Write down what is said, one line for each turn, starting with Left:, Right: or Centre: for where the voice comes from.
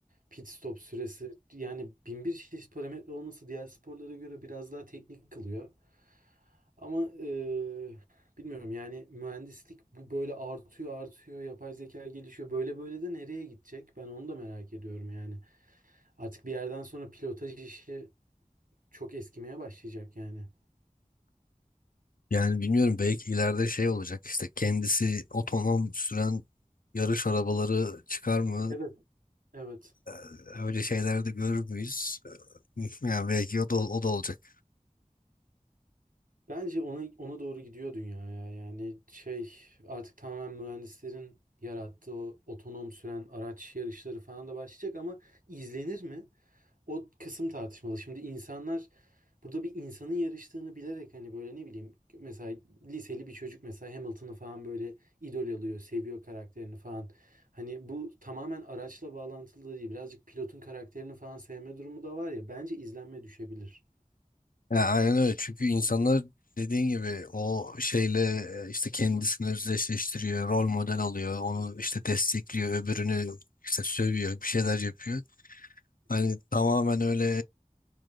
Right: pit stop süresi yani bin bir çeşit parametre olması diğer sporlara göre biraz daha teknik kılıyor. Ama eee, bilmiyorum yani mühendislik bu böyle artıyor artıyor yapay zeka gelişiyor böyle böyle de nereye gidecek ben onu da merak ediyorum yani. Artık bir yerden sonra pilotaj işi çok eskimeye başlayacak yani.
Left: Yani bilmiyorum belki ileride şey olacak işte kendisi otonom süren yarış arabaları çıkar mı?
Right: Evet. Evet.
Left: Ee, Öyle şeyler de görür müyüz? <laughs> Yani belki o da, o da olacak.
Right: Bence ona, ona doğru gidiyor dünya ya. Yani şey artık tamamen mühendislerin yarattığı o otonom süren araç yarışları falan da başlayacak ama izlenir mi? O kısım tartışmalı. Şimdi insanlar burada bir insanın yarıştığını bilerek hani böyle ne bileyim mesela liseli bir çocuk mesela Hamilton'ı falan böyle idol alıyor, seviyor karakterini falan. Hani bu tamamen araçla bağlantılı da değil. Birazcık pilotun karakterini falan sevme durumu da var ya. Bence izlenme düşebilir.
Left: Yani aynen öyle çünkü insanlar dediğin gibi o şeyle e, işte kendisini özdeşleştiriyor, rol model alıyor, onu işte destekliyor, öbürünü işte sövüyor, bir şeyler yapıyor. Hani tamamen öyle